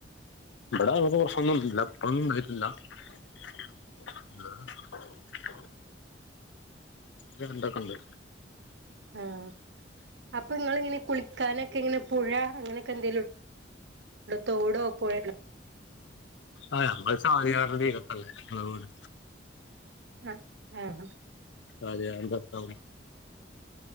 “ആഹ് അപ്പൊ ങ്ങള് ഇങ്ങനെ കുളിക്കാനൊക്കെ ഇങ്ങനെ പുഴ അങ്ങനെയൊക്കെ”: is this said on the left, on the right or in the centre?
Right